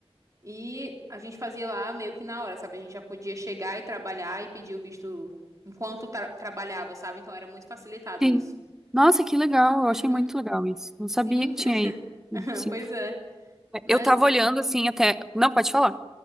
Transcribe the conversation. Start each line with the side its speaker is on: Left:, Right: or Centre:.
Right: E a gente fazia lá meio que na hora, sabe? A gente já podia chegar e trabalhar e pedir o visto enquanto tra- trabalhava, sabe? Então era muito facilitado
Centre: sim.
Right: isso.
Centre: Nossa, que legal. Eu
Right: Uhum,
Centre: achei muito legal isso. Não sabia
Right: sim,
Centre: que tinha isso,
Right: <laughs>
Centre: assim.
Right: pois é. Mas.
Centre: Eu tava olhando assim até.
Right: hum.
Centre: Não, pode falar.